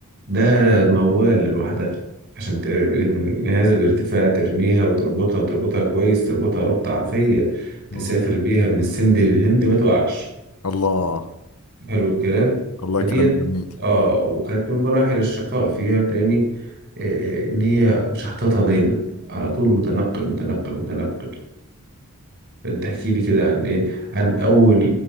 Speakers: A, on the right (about 55°); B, on the left (about 80°).
A: ده موال لوحدها عشان ت- من جهاز الارتفاع ترميها وتربطها وتربطها كويس تربطها ربطة عافية تسافر
B: مم.
A: بيها من السند للهند ما توقعش
B: الله
A: حلو الكلام
B: الله
A: فديت
B: كلام جميل
A: اه وكانت من مراحل الشقاء فيها تاني آه، آه، ان هي مش حاططها دايما على طول متنقل متنقل متنقل فانت احكي لي كده عن ايه عن اول